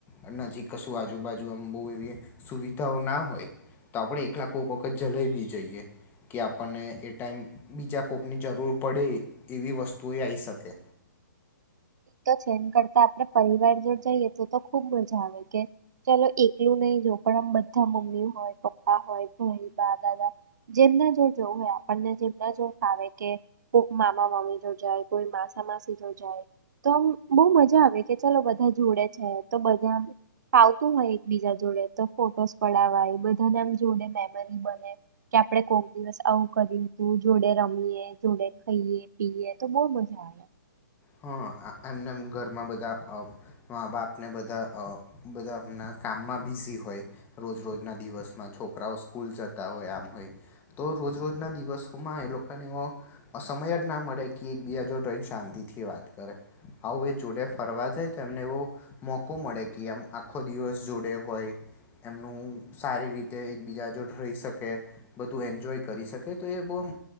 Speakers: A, on the left; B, on the right.
A: અને નજીક કશું આજુબાજુ આમ બહુ એવી સુવિ ધાઓ ના હોય તો આપણેે એકલા કોક વખત જલાઈ બી જઈએ. કે આપણને એ ટાઈમ બીજા કોકની જરૂર પડે એવી વસ્તુએ આઈ શકે.
B: એ તો છે એન કરતાં આપણે પરિવાર જોડ જઈએ તો તો ખુબ મજા આવે કે ચલો એકલું નહીં જઉં પણ આમ બધા મમ્મી હોય, પપ્પા હોય, ભઈ, બા, દાદા જેમના જોડ જઉં હોય આપણને જેમના જોડ ફાવે કે કોક મામા મામી જોડે જાય કોઈ માસા માસી જોડે જાય. તો આમ બહુ મજા આવે કે ચલો બધા જોડે છે તો બધા ફાવતું હોય એકબીજા જોડે તો ફોટોસ પડાવાય બધાને આમ જોડે મેમરી બને કે આપણે કોક દિવસ આવું કર્યું તું જોડે રમીએ, જોડે ખઈએ, પીએ તો બહુ મજા આવે.
A: હહ એમને એમ ઘરમાં બધાં મા બાપને બધા બધા એમનાં કામમાં બિઝી હોય રોજરોજના દિવસમાં છોકરાઓ સ્કૂલ જતા હોય આમ હોય તો રોજરોજના દિવસોમાં એ લોકાને એવો સમય જ ના મળે કે એકબીજા જોડે રહીને શાંતિથી વાત કરે આવું એ જોડે ફરવા જાય તો એમને એવો મોકો મળે કે આમ આખો દિવસ જોડે હોય એમનું સારી રીતે એકબીજા જોડ રહી શકે બધું એન્જોય કરી શકે તો એ બહુ આમ